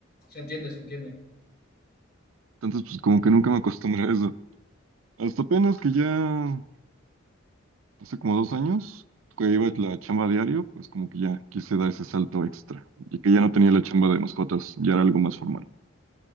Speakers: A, on the left (about 50°); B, on the right (about 80°).
A: se entiende, se entiende.
B: Entonces, pues como que nunca me acostumbré a eso. Hasta apenas que ya hace como dos años, que iba a la chamba diario, pues como que ya quise dar ese salto extra y que ya no tenía la chamba de mascotas, ya era algo más formal.